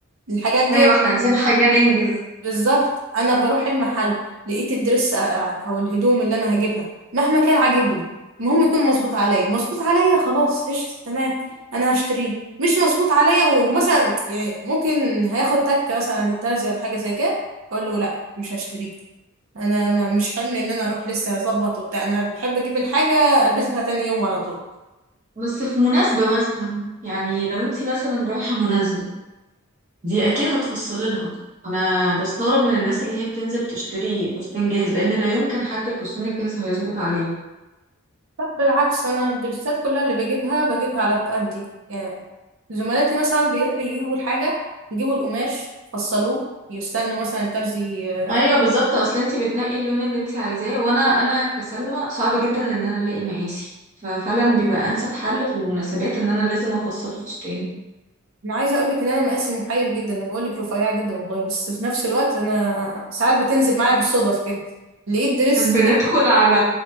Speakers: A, on the right; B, on the right.
A: الحاجات دي
B: ايوه احنا عايزين حاجة ننجز
A: بالظبط انا بروح المحل لقيت الدرس او الهدوم اللي انا هجيبها مهما كان عاجبني المهم يكون مظبوط عليا مظبوط عليا خلاص قشطة تمام انا هشتريه مش مظبوط عليا ومثلا يعني ممكن هياخد تكة مثلا عند الترزي ولا حاجة زي كده اقول له لا مش هشتريه انا ما مش حمل ان انا اروح لسه هظبط وبتاع انا بحب اجيب الحاجة البسها تاني يوم على طول
B: بس في مناسبة مثلا يعني لو انتي مثلا رايحة مناسبة دي اكيد هتفصلي لها انا بستغرب من الناس اللي هي بتنزل تشتري فستان جاهز لان لا يمكن حد الفستان الجاهز هيظبط عليه
A: لا بالعكس انا الدرسات كلها اللي بجيبها بجيبها على قدي يعني زملاتي مثلا بيروحوا يجيبوا الحاجة يجيبوا القماش فصلوه يستنوا مثلا الترز ي-
B: ايوه بالظبط اصل انتي بتنقي اللون اللي انتي عايزاه وانا انا كسلمى صعب جدا ان انا الاقي مقاسي ففعلا بيبقى انسب حل في المناسبات ان انا لازم افصل فستان
A: انا عايزه اقول لك ان انا مقاسي محير جدا انا بقول لك رفيعه جدا والله بس في نفس الوقت انا ساعات بتنزل معايا بالصدف كده لقيت دريس
B: بندخل على